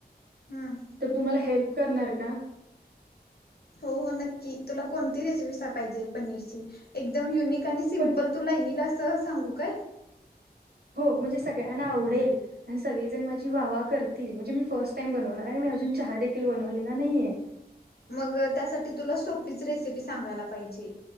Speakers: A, on the left (about 70°); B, on the right (about 70°).
A: हम्म
B: तर तुम्हाला हेल्प. करणार? का?
A: हो हो नक्की. तुला कोणती रेसिपी सा पाहीजे पनीरची? एकदम युनिक आणि सिम्पल
B: पण
A: तूला येईलस अस सांगू काय?
B: हो म्हणजे सगळ्यांना आवडेल आणि सगळेजण माझी वावा करतील म्हणजे मी फर्स्ट टाइम बनवणार आहे. मी अजून चहा देखील बनवलेला नाहीेये.
A: मग त्यासाठी तुला सोपीच रेसिपी सांगायला पाहिजे.